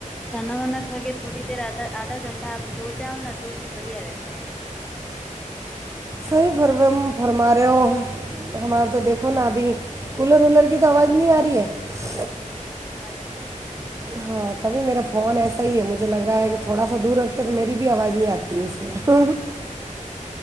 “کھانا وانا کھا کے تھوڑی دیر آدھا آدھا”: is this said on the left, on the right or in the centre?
Centre